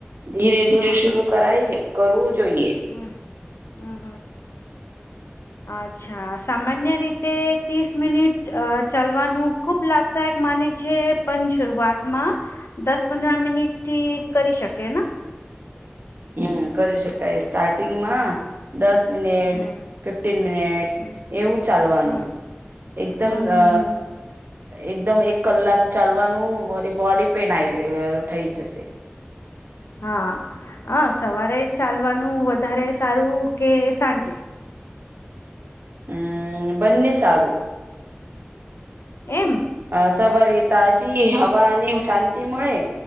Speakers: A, on the right; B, on the left.
A: ધીરે ધીરે
B: હા
A: શર કરાય કરવું જોઈએ
B: હમ હમ હમ
A: <inaudible>
B: અચ્છા સામાન્ય રીતે ત્રીસ મિનિટ ચાલવાનું ખુબ લાભદાયક માને છે પણ શરૂઆતમાં દસ પંદર મિનિટ થી કરી શકે
A: હમ કરી શકાય સ્ટાર્ટિંગ માં દસ મિનિટ
B: હમ
A: ફિફ્ટન મિનિટસ
B: હમ
A: એવું ચાલવાનું
B: હમ
A: એકદમ
B: હમ હમ
A: અ
B: હમ
A: એકદમ એક કલાક ચાલવાનું વરી બોડી પેન આ થઈ જશે
B: હા હ સવારે ચાલવાનું વધારે સારું કે સાંજે.
A: હમ બને સારું.
B: એમ.
A: અ સવારી તાજી હવા અને શાંતિ મળે.